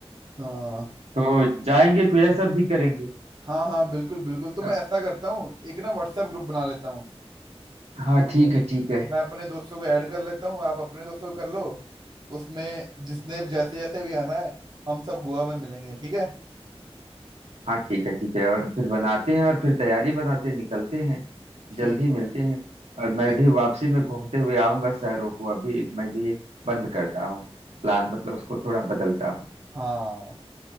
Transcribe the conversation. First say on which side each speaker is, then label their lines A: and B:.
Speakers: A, on the right; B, on the right.
A: हाँ
B: तो जाएंगे तो यह सब भी करेंगे
A: हाँ हाँ बिल्कुल बिल्कुल तो
B: अ,
A: मैं ऐसा करता हूँ एक ना व्हाट्सएप ग्रुप बना लेता हूँ
B: हाँ
A: तो
B: ठीक है ठीक है
A: मैं अपने दोस्तों को ऐड कर लेता हूँ आप अपने दोस्तों को कर लो उसमें जिसने जैसे जैसे भी आना है हम सब गोवा में मिलेंगे ठीक है
B: हाँ ठीक है ठीक है और फिर बनाते हैं और फिर तैयारी बनाते हैं, निकलते हैं
A: ठीक
B: जल्दी मिलते
A: है
B: हैं और
A: तो
B: मैं
A: एक
B: भी वापसी में घूमते हुए आऊंगा शहरों को अभी मैं भी बंद करता हूँ प्लान मतलब उसको थोड़ा बदलता हूँ
A: हाँ